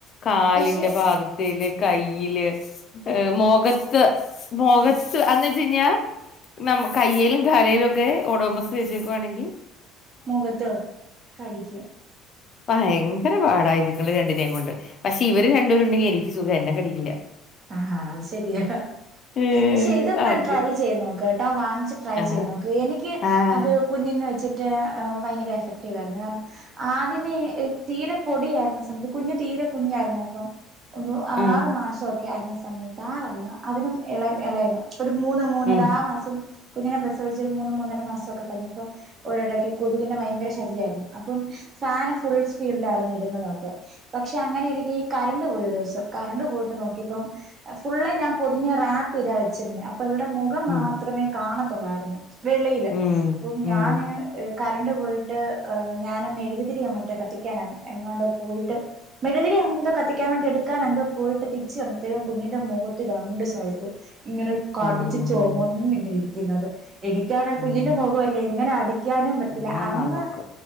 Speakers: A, on the left; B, on the right.
A: കാലിന്റെ
B: പക്ഷെ
A: ഭാതത്തില്ൽ കയ്യില് ഏ മുഖത്ത് മുഖത്ത്ന്ന്
B: മുഖ
A: വെച്ച കഴിഞ്ഞാൽ ന
B: ആ
A: കയ്യയിലും കലയിലും ഓഡോമസ് വച്ചക്കുവാണെങ്കിൽ
B: മുഖത്തോ കടിക്കുക
A: ഭയങ്കര പാടായി ഇതുങ്ങളെ രണ്ടിനെയും കൊണ്ട് പക്ഷെ ഇവർ രണ്ടുപേരും ഉണ്ടെങ്കിൽ എനിക്ക് സുഖം എന്നെ കടിക്കില്ല
B: ആ അത് ശരിയാ
A: ഏഹ്
B: പക്ഷെ ഇതൊന്ന്
A: അങ്ങനെ
B: ട്രൈ ചെയ്യ്തു നോക്കാം <unintelligible> ട്രൈ
A: ആഹ്
B: ചെയ്യ്തു നോക്ക് എനിക്ക്
A: ആഹ്
B: കുഞ്ഞിന് വെച്ചിട്ട് ഭയങ്കര എഫക്റ്റീവ് ആയിരുന്നു കാരണം ആദ്യമേ തീരെ പൊടിയായിരുന്ന സമയത്ത് കുഞ്ഞു തീരെ കുഞ്ഞായിരുന്നു അപ്പം ഒരു ആറുമാസം
A: ആഹ്
B: ഒക്കെ സമയത്ത് ആറല്ല അതിനും ഇള ഇളയതാ ഒരു മൂന്ന് മൂന്നര
A: ഉം
B: ആ മാസം കുഞ്ഞിനെ പ്രസവിച്ച ഒരു മൂന്നും മൂന്നര മാസമൊക്കെ കഴിഞ്ഞപ്പോ ഒരിടക്കൊക്കെ കൊതുകിന്റെ ഭയങ്കര ശല്യമായിരുന്നു അപ്പം ഫാബിന് ഫുൾ സ്പീഡിലായിരുന്നു ഇടുന്നതൊക്കെ പക്ഷെ അങ്ങനെൊരിക്ക ഈ കറന്റ്‌ പോയി ഒരു ദിവസം കറന്റ്‌ പോയിട്ട് നോക്കി അപ്പം ഫുൾ ആയി ഞാൻ പൊതിഞ്ഞ റാപ്പ് ചെയ്താ വെച്ചിരുന്നു മുഖം
A: ഉം
B: മാത്രമേ ഉള്ളായിരുന്നു വെളയിൽ
A: ഉം ഉം
B: ഞാൻ കറന്റ്‌ പോയിട്ട് ഞാൻ മെഴുതിരിയോ മറ്റേ കത്തിക്കാന എങ്ങോണ്ടോ പോയിട്ട് മെഴുതിരി എന്തോ കത്തിക്കാൻ വേണ്ടി എടുക്കാൻ എന്തോ പോയിട്ട് തിരി കുഞ്ഞിന്റെ മുഖത്ത് രണ്ട് സൈഡിലും ഇങ്ങനെ കടിച്ചു
A: ഉം
B: ചുവന്ന ഇങ്ങനെ ഇരിക്കും ക്കുന്നത് എനിക്കാണെ കുഞ്ഞിന്റെ
A: ഉം
B: മൊഖവല്ലേ എങ്ങനെ അടി ക്കാനും പറ്റത്തില്ല
A: ആ
B: അന്ന്
A: നമുക്ക്